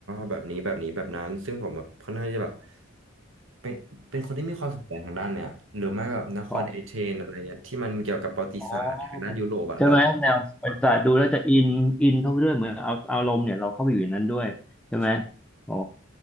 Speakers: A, on the right; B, in the centre.
A: แบบนี้แบบนี้แบบนั้นซึ่งผมแบบค่อนข้างจะแบบเป็นเป็นคนที่มีความสนใจทางด้านเนี่ยหรือไม่แบบนครเอเธนอะไรเงี้ยที่มันเกี่ยวกับประวัติศาสตร์ทางด้านยุโรปอะเรา
B: อ๋ออ๋อใช่ไหมแนวบริษัทดูแล้วจะอินอินเข้าไปด้วยเหมือนเอาเอาอารมณ์เนี่ยเราเข้าไปอยู่ในนั้นด้วยใช่ไหม
A: อะใช่
B: อ๋อ